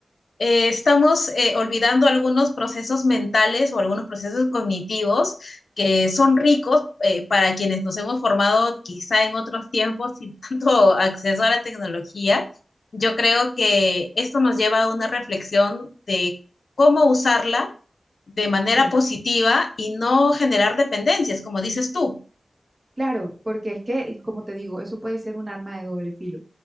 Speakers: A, on the left (about 75°); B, on the right (about 40°).
A: eh, estamos eh, olvidando algunos procesos mentales o algunos procesos cognitivos que son ricos eh, para quienes nos hemos formado quizá en otros tiempos sin <laughs> tanto acceso a la tecnología. Yo creo que esto nos lleva a una reflexión de cómo usarla de manera
B: sí.
A: positiva y no generar dependencias, como dices tú.
B: Claro, porque es que, eh, como te digo, eso puede ser un arma de doble filo,